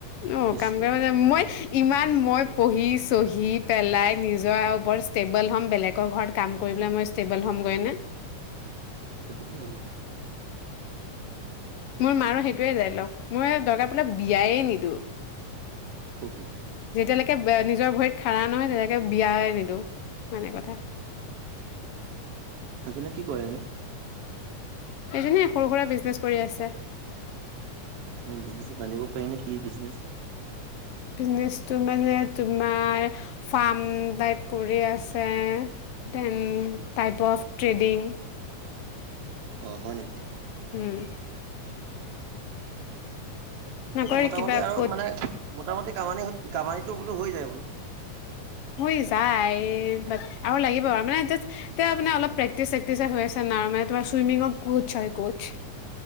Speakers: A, on the left; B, on the right.
A: অ
B: কৃষ্ণ
A: কাম কৰা মানে মই ইমান মই পঢ়ি চহি পেলাই নিজৰ ওপৰত ষ্টেবল হ'ম বেলেগৰ ঘৰত কাম কৰিবলৈ মই ষ্টেবল হ'ম গৈ নে
B: সেইটো হয় বাৰু
A: মোৰ মাৰো সেইটোৱে ডাইলক মই দৰকাৰ পৰিলে বিয়াই নিদো
B: <inaudible>
A: যেতিয়ালৈকে নিজৰ ভৰিত খাৰা নহয় তেতিয়ালৈকে বিয়াই নিদিওঁ ইমানে কথা
B: হাজব্ৰেন্দে কি কৰেনো
A: এইজনে সৰু সুৰা বিজনেছ কৰি আছে
B: এনে বিজনেছ টো জানিব পাৰি নে কি বিজনেছ
A: বিজনেচটো মানে তোমাৰ ফাৰ্ম টাইপ কৰি আছে ডেন টাইপ অফ ট্ৰেডিং
B: অ হয় নেকি
A: উম নকৰি
B: মানে মোটামুটি
A: কিবা
B: আৰু
A: ক'ত
B: মানে মোটামুটি কামানি কামানিটো বোলো হৈ যায় বোলো
A: হৈ যায় আৰু বাট আৰু লাগিব আৰু মানে জা এতিয়া মানে অলপ প্ৰেক্টিচ চেক্টিচ হৈ আছে ন মানে তোমাৰ চুইমিঙৰ কোচ হয় কোচ